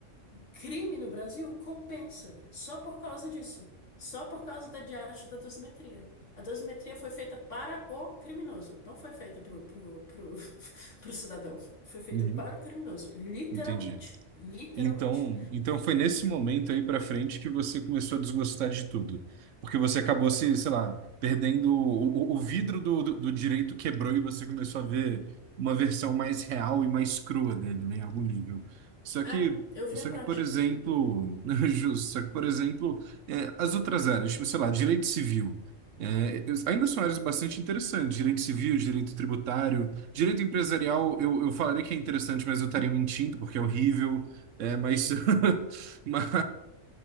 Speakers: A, on the left; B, on the right.
A: crime no Brasil compensa só por causa disso. Só por causa da diacho da dosimetria. A dosimetria foi feita para o criminoso, não foi feita pro, pro, pro, <laughs> pro cidadão. Foi feita
B: Uhum,
A: para o criminoso, literalmente.
B: Entendi.
A: Literalmente.
B: Então, então foi nesse momento aí para frente que você começou a desgostar de tudo, porque você acabou se, sei lá, perdendo o, o, o vidro do, do, do direito quebrou e você começou a ver uma versão mais real e mais crua dele, né, em algum nível. Só que,
A: Ah, eu vi
B: só
A: a prática.
B: que, por exemplo, <laughs> justo, só que, por exemplo, é, as outras áreas, tipo, sei lá, direito civil, é, ainda são áreas bastante interessantes, direito civil, direito tributário, direito empresarial, eu, eu falaria que é interessante, mas eu estaria mentindo, porque é horrível. É, mas, <laughs> mas,